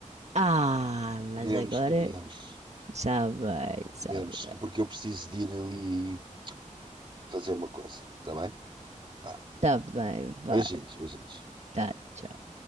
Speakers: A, on the right (about 55°); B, on the right (about 40°).
A: Ah,
B: Podemos,
A: mas agora.
B: podemos,
A: Está bem, está
B: podemos,
A: bem.
B: que porque eu preciso de ir ali fazer uma coisa, tá bem? Vá.
A: Está bem, vá.
B: Beijinhos, beijinhos.
A: Tá, tchau.